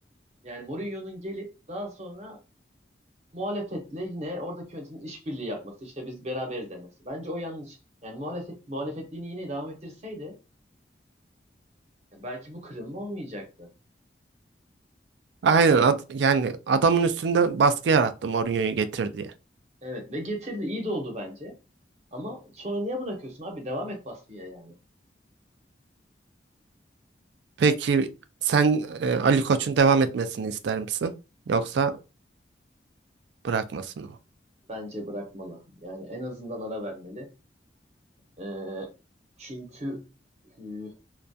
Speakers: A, on the right; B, on the right.
A: yani Mourinho'nun gelip daha sonra muhalefetle yine oradaki yönetimin işbirliği yapması işte biz beraberiz demesi. Bence o yanlış. Yani muhalefet muhalefetliğini yine devam ettirseydi ya belki bu kırılma olmayacaktı.
B: <laughs> Aynen. Ad- yani adamın üstünde baskı yarattı Mourinho'yu getir diye.
A: Evet ve getirdi iyi de oldu bence. Ama sonra niye bırakıyorsun abi? Devam et baskıya yani.
B: Peki sen e, Ali Koç'un devam etmesini ister misin? Yoksa bırakmasını mı?
A: Bence bırakmalı. Yani en azından ara vermeli. Ee, çünkü hü,